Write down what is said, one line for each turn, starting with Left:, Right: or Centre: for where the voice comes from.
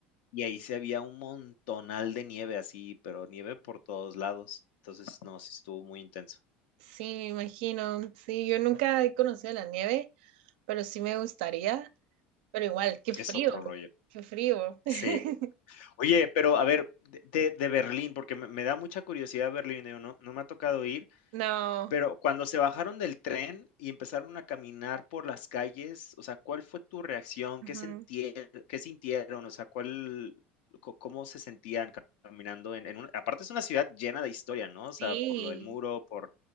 Left: y ahí se había un montonal de nieve así, pero nieve por todos lados. Entonces, no, sí estuvo muy intenso.
Right: sí, me imagino. Sí, yo nunca he conocido la nieve, pero sí me gustaría. Pero igual, qué frío,
Left: Es otro rollo.
Right: qué frío. <laughs>
Left: Sí. Oye, pero a ver, de, de- de Berlín, porque me, me da mucha curiosidad Berlín, digo, no, no me ha tocado ir,
Right: No,
Left: pero cuando se bajaron del tren y empezaron a caminar por las calles, o sea, ¿cuál fue tu reacción?
Right: ujú,
Left: ¿Qué sintieron? ¿Qué sintieron? O sea, ¿cuál, co- cómo se sentían ca- caminando en, en una, aparte es una ciudad llena de historia, ¿no? O sea,
Right: sí,
Left: por lo del muro, por,